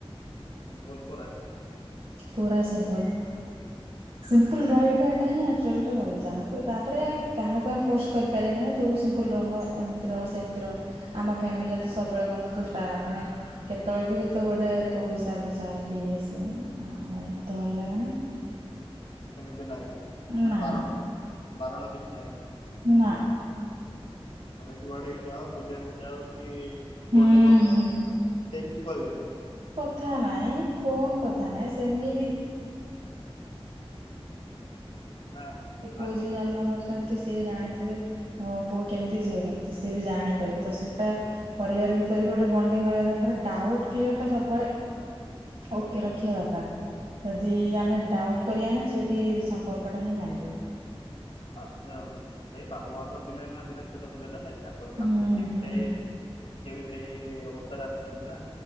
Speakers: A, on the left; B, on the right.
A: ସିମ୍ପୁଲ୍ ପୁରା?
B: ପୁରା ସିମ୍ପୁଲ୍। ସିମ୍ପୁଲ୍ ରହିବା ଟା ହିଁ ଆକ୍ଚଲି ରେ ଭଲ। ଯାହାକୁ ତାପରେ କାହାକୁ ଆମେ ଫୋର୍ସ କରି ପାରିବା ନାହିଁ ତୁ ସିମ୍ପୁଲ ରହ, ଏମତି ର ସେମତି ର। ଆମ ଫ୍ୟାମିଲିରେ ତ ସବୁବେଳେ କହନ୍ତି ତୁ ଷ୍ଟା ମାନେ କେତେବେଳେ ବି କେ ତୁ ଗୋଟେ ତୋ ହିସାବ ରେ ଚାଲ କି ଇଏ ସିଏ ନା ଭାଇ ମୋତେ ଭଲ ଲାଗେ ନା।
A: ସେମିତି ନାଇ, ମାନେ
B: ନା
A: ବାର ବାରଣ କିଛି ନାଇ।
B: ନା।
A: ମାନେ ଯୁଆଡେ ବି ଯାଅ ବୁଲିବାକୁ ଯାଅ କି
B: ହୁଁ
A: ଫୋନ୍ ରେ କଥା
B: ହୁଁ
A: ହୋ କେହି କିଛି କହିବେନି?
B: ଥା ନାଇଁ, ଫୋନ୍ କଥା ନାଇଁ ସେମିତି କି
A: ନା
B: ଏ ପୁଅ
A: ଆଜିକା
B: ଝିଅ ଜନ୍ମ କର ଚନ୍ତି, ସିଏ ବି ଜାଣିଥିବେ ମୋ ପୁଅ କେମିତି, ଝିଅ କେମିତି, ସିଏ ବି ଜାଣିପାରିବେ ତ ସେଟା ପରିବାର ଭିତରେ ବି ଗୋଟେ ବଣ୍ଡିଙ୍ଗ ରହିବା ଦରକାର। ଡାଉଟ୍ କ୍ଲିୟର୍ ଟା ସବୁବେଳେ ଓକେ ରଖିବା ଦରକାର। ଯଦି ଆମେ ଡାଉଟ୍ କରିବା ନା ସେଇଠି ସମ୍ପର୍କଟା ହିଁ ଭାଙ୍ଗିବ।
A: ହଁ ସେ ସେଇ ବାପା ମା ତ ଦିନେ ନା ଦିନେ ଛୋଟ ଥିଲେ ନା ନାଇଁ ତା ଙ୍କ ତାଙ୍କୁ
B: ହୁଁ
A: ସିଏ ବି
B: ହୁଁ
A: ସେଇ ସିଏ ବି ସେଇ ଅବସ୍ଥାରେ ଆସଛନ୍ତି ନା।